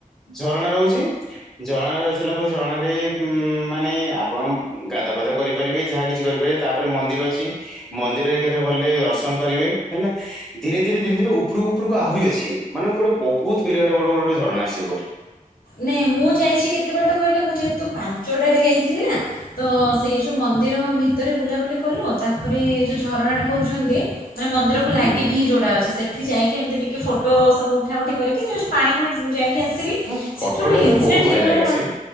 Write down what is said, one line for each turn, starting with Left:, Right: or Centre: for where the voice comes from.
Centre: ଝରଣା ରହୁଛି। ଝଣ ରହି ସାରିଲା ପରେ ଝରଣାରେ ମାନେ ଆପଣ ଗାଧା ଫାଦା କରି ପାରିବେ ଯାହା କିଛି କରିପାରିବେ ତାପରେ ମନ୍ଦିର ଅଛି ମନ୍ଦିରରେ କେତେରେ ଭଲ ରେ ଦର୍ଶନ କରିବେ। ହେଲା ଧୀରେ ଧୀରେ ଧୀରେ ଧୀରେ ଉପରକୁ ଉପରକୁ ଆହୁରି ଅଛି। ମାନେ ଗୋଟେ ବହୁତ ବିରାଟ ବଡ଼ ବଡ଼ ଝରଣା ଆସିବ ଗୋଟେ।
Left: ନାଇଁ ମୁଁ ଯାଇଛି କେତେ ବାଟ କହିଲେ ମୁଁ ଯେହେତୁ ପାଞ୍ଚଟାରେ ଯାଇଥିଲି ନାଁ। ତ ସେଇ ଯୋଉ ମନ୍ଦିର ଭିତରେ ବୁଲାବୁଲି କଲୁ ତାପରେ ଯୋଉ ଝରଣା ଟା କହୁଛନ୍ତି, ମାନେ ମନ୍ଦିରକୁ ଲାଗିକି
Centre: ହୁଁ
Left: ହିଁ ଯୋଉଟା ଅଛି ସେ ଏଠି ଯାଇକି ଏମିତି ଟିକେ ଫଟୋ ସବୁ ଉଠା ଉଠି କରିକି ଜଷ୍ଟ୍ ପାଣିକୁ ଯାଇକି ଆସିଲି।
Centre: ହୁଁ ଫଟୋଟା
Left: ସେଠି ଗୋଟେ
Centre: ତ
Left: ଇନସିଡେଣ୍ଟ୍
Centre: ବହୁତ ବଢିଆ
Left: ହେଇଗଲା
Centre: ଜାଗା
Left: କଣ?
Centre: ସେ